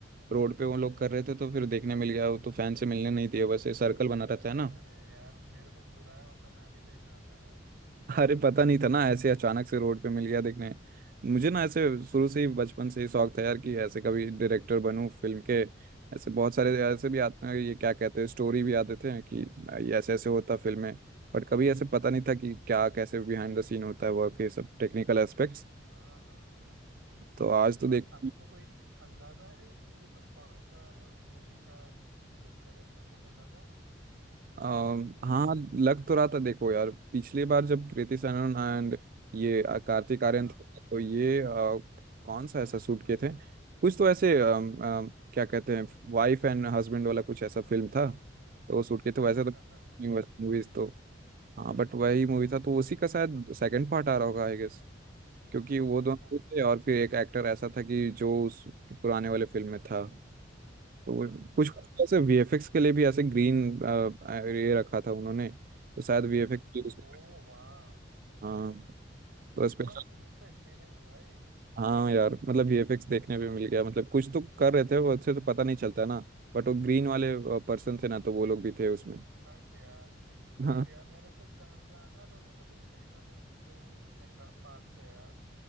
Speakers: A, on the right (about 45°); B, on the right (about 80°).
A: रोड पे वो लोग कर रहे थे तो फिर देखने मिल गया वो तो फैन से मिलने नहीं दिए बस ये सर्कल बना रहता है ना
B: अरे यार मेरे को बुलाया होता मैं भी देखने आता यार
A: <laughs> अरे पता नहीं था ना ऐसे अचानक से रोड पे मिल गया देखने मुझे ना ऐसे शुरू से ही बचपन से ही शौक था यार कि ऐसे कभी डायरेक्टर बनूं फिल्म के ऐसे बहुत सारे ऐसे भी आते हैं ये क्या कहते हैं स्टोरी भी आते थे कि ये ऐसे ऐसे होता फिल्म में बट कभी ऐसे पता नहीं था कि क्या कैसे बिहाइंड द सीन होता है वर्क ये सब टेक्निकल एस्पेक्ट्स
B: हाँ हाँ हाँ
A: तो आज तो
B: और
A: देख
B: आपको कोई अंदाजा है कि ये लोग कौन सा मूवी का शूट कर रहे थे कुछ अंदाजा है
A: अम, हाँ लग तो रहा था देखो यार पिछली बार जब कृति सनन एंड ये अ, कार्तिक आर्यन
B: हाँ
A: थे तो ये अ, कौन सा ऐसा शूट किए थे कुछ तो ऐसे अम, अम, क्या कहते हैं वाइफ एंड हस्बैंड वाला कुछ ऐसा फिल्म था तो वो शूट किए थे वैसे
B: अच्छा
A: तो
B: अच्छा अच्छा अच्छा
A: मूवीज तो हाँ बट वही मूवी था तो उसी का शायद सेकंड पार्ट आ रहा होगा आई गेस क्योंकि वो
B: अच्छा
A: दोनों थे और फिर एक एक्टर ऐसा था कि जो उस पुराने वाले फिल्म में था तो वो कुछ
B: हाँ
A: कुछ ऐसे वीएफएक्स के लिए भी ऐसे ग्रीन ये रखा था उन्होंने तो शायद वीएफएक्स भी उस
B: ओ वाह
A: हाँ तो
B: कितना
A: स्पेशल
B: कूल सा एक्सपीरियंस भाई
A: हाँ यार मतलब वीएफएक्स देखने पे मिल गया मतलब कुछ तो कर रहे थे वो अच्छे तो पता नहीं चलता ना बट वो ग्रीन वाले पर्सन थे ना तो वो लोग भी थे उसमें
B: हट यार
A: हाँ
B: हट यार मेरे को जा- जाना था मेरे को भी देखना था उनको इतने का, पास से यार